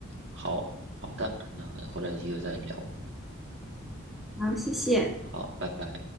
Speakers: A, on the right (about 60°); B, in the centre.
A: 好，好的，那回来有机会再聊，
B: 好，谢谢。
A: 好，拜拜。